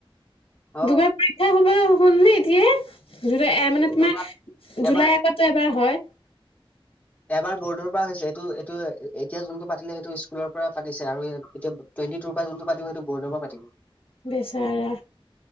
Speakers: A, on the left; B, on the left.
A: অ
B: দুবাৰ পৰীক্ষা হ'বলে হ'লনে এতিয়াই? জুলাই এয়া মানে তোমাৰ
A: দুবাৰ
B: জুলাইৰ
A: এবাৰ
B: আগতো এবাৰ হয়?
A: এবাৰ বৰ্ডৰ পৰা হৈছে, এইটো এইটো এতিয়া যোনটো পাতিলে সেইটো স্কুলৰ পৰা পাতিছে আৰু এতিয়া টুৱেণ্টি টুৰ পৰা যোনটো পাতিব সেইটো বৰ্ডৰ পৰা পাতিব।
B: বেচেৰা।